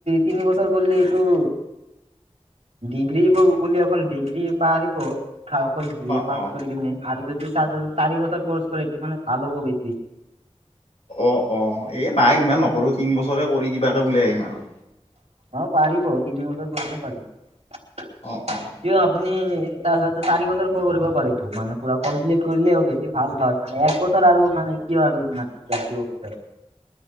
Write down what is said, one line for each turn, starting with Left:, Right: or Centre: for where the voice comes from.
Right: তিনি বছৰ গলে এইটো ডিগ্ৰী বুলি অখন ডিগ্ৰী পাৰিব শিক্ষা অকল B
Left: O
Right: A pass
Left: O
Right: কৰি কিনে আৰু যদি চাৰি বছৰ কৰ্চ কৰে এইটো মানে ভাল হ'ব বেছি।
Left: অ', অ', এ নাই ইমান নকৰো তিন বছৰে কৰি কিবাকে ওলাই আহিম আৰু
Right: অ', পাৰিব তিনি বছৰ কৰিলে পাৰিব।
Left: অ', অ', অ'
Right: কিয় আপুনি তাৰত চাৰি বছৰ ক কৰিব পাৰে তো মানে পুৰা কমপ্লিট কৰিলেই হবি ভাল হয় মানে এক বছৰ আৰু মানে কিয় আৰু মানে জাতি খুজা